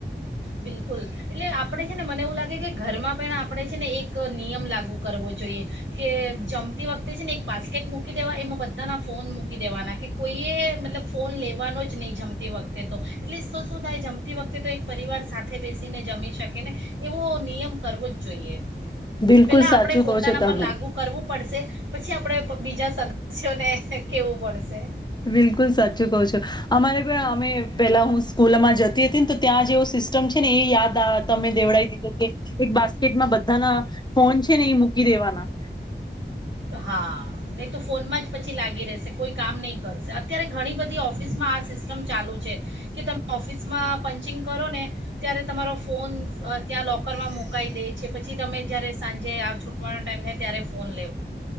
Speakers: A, on the right; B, on the left.
A: બિલકુલ એટલે આપણે છે ને મને એવું લાગે કે ઘરમાં પણ આપણે છે ને એક નિયમ લાગુ કરવો જોઈએ કે જમ્પ તે વખતે છેને એક બાસ્કેટ મુકી કી દેવા એમાં બધાના ફોન મૂકી દેવાના કે કોઈએ મતલબ ફોન લેવાનો જ નઈ જમ તે વખતે તો એટલે શો શું થાય જમતી વખતે તો એક પરિવાર સાથે બેસીને જમી શકે ને એવો નિયમ કરવો જ જોઈએ.
B: બિલકુલ
A: પેલા આપડે
B: સાચું
A: પોતાના
B: કહો છો તમે
A: પર લાગુ કરવું પડશે, પછી આપડે બીજા સદસ્યોને કેવું પડશે.
B: બિલકુલ સાચું કો છો, અમારે પણ અમે પેલા હું સ્કૂલમાં જતી તી ન તો ત્યાં જેવ સિસ્ટમ છે ને એ યાદ આ તમે દેવડાઈ દીધું કે એક બાસ્ કેટમાં બધાના ફોન છે ને એ મૂકી દેવાના.
A: હા, નઈ તો ફોનમાં જ પછી લાગી રહેશે કોઈ કામ નહીં કરશે, અત્યારે ઘણી બધી ઓફિસમાં આ સિસ્ટમ ચાલુ છે કે તમે ઓફિસમાં પંચિંગ કરો ને ત્યારે તમારો ફોન ત્યાં લોકરમાં મુકાઈ દેય છે પછી તમે જ્યારે સાંજે આ છૂટવાનો ટાઈમ થાય ત્યારે ફોન લે